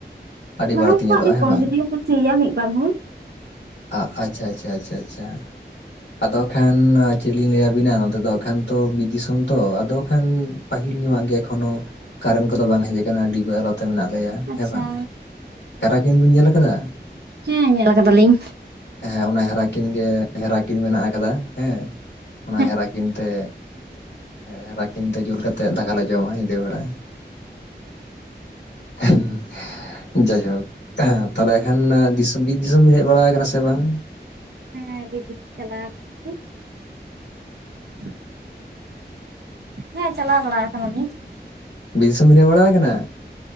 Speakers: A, on the left; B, on the right.
A: ᱟᱹᱰᱤ
B: ᱱᱟᱦᱮᱞ
A: ᱵᱟᱹᱲᱛᱤ
B: ᱛᱮ
A: ᱧᱮᱞᱚᱜᱼᱟ
B: ᱦᱚᱸ ᱟᱹᱰᱤ
A: ᱦᱮᱸ
B: ᱠᱚᱢ
A: ᱵᱟᱝ
B: ᱡᱩᱫᱤ ᱠᱚ ᱥᱤᱭᱟ ᱢᱤᱫ ᱵᱟᱨ ᱦᱚᱲ <unintelligible>
A: ᱟ ᱟᱪᱪᱷᱟ ᱟᱪᱪᱷᱟ ᱟᱪᱷᱟ ᱟᱪᱷᱟ ᱟᱫᱚ ᱠᱷᱟᱱ ᱪᱮᱫ ᱞᱤᱧ ᱞᱟᱹᱭᱟᱵᱤᱱᱟ ᱱᱚᱛᱮ ᱫᱚ ᱮᱠᱷᱟᱱ ᱛᱚ ᱵᱤᱨ ᱫᱤᱥᱚᱢ ᱛᱚ ᱟᱫᱚ ᱠᱷᱟᱱ ᱯᱟᱹᱦᱤᱞ ᱧᱚᱜᱼᱟᱜ ᱜᱮ ᱮᱠᱷᱚᱱᱳ ᱠᱟᱨᱮᱱᱴ ᱠᱚᱫᱚ ᱵᱟᱝ ᱦᱮᱡ ᱟᱠᱟᱱᱟ ᱰᱤᱵᱟᱹ ᱟᱞᱚᱛ ᱛᱚ ᱢᱮᱱᱟᱜ ᱞᱮᱭᱟ
B: ᱟᱪᱪᱷᱟ
A: ᱦᱮᱸ ᱵᱟᱝ ᱦᱮᱨᱟ ᱠᱤᱱ ᱵᱤᱱ ᱧᱮᱞ ᱟᱠᱟᱫᱟ
B: ᱦᱮᱸ ᱧᱮᱞ ᱟᱠᱟᱫᱟ ᱞᱤᱧ
A: ᱦᱮᱸ ᱚᱱᱟ ᱦᱮᱨᱟ ᱠᱤᱱ ᱜᱮ ᱦᱮᱨᱟ ᱠᱤᱱ ᱢᱮᱱᱟᱜ ᱟᱠᱟᱫᱟ ᱦᱮᱸ ᱚᱱᱟ
B: ᱦᱮᱸ
A: ᱦᱮᱨᱟ ᱠᱤᱱ ᱛᱮ ᱦᱮᱨᱟ ᱠᱤᱱ ᱛᱮ ᱡᱩᱞ ᱠᱟᱛᱮᱫ ᱫᱟᱠᱟᱞᱮ ᱡᱚᱢᱟ ᱧᱤᱫᱟᱹ ᱵᱮᱲᱟ <unintelligible> ᱡᱟᱭᱦᱳᱠ <unintelligible> ᱛᱟᱦᱞᱮ ᱮᱠᱷᱟᱱ ᱫᱤᱥ ᱵᱤᱨ ᱫᱤᱥᱚᱢ ᱵᱮᱱ ᱦᱮᱡ ᱵᱟᱲᱟ ᱟᱠᱟᱱᱟ ᱥᱮ ᱵᱟᱝ
B: ᱦᱮᱸ ᱵᱤᱨ ᱫᱤᱥᱚᱢ ᱪᱟᱞᱟᱣ ᱜᱤ <inaudible> ᱦᱮᱸ ᱪᱟᱞᱟᱣ ᱵᱟᱲᱟ ᱟᱠᱟᱱᱟ ᱞᱤᱧ
A: ᱵᱤᱨ ᱫᱤᱥᱚᱢ ᱵᱮᱱ ᱦᱮᱡ ᱵᱟᱲᱟ ᱟᱠᱟᱱᱟ᱾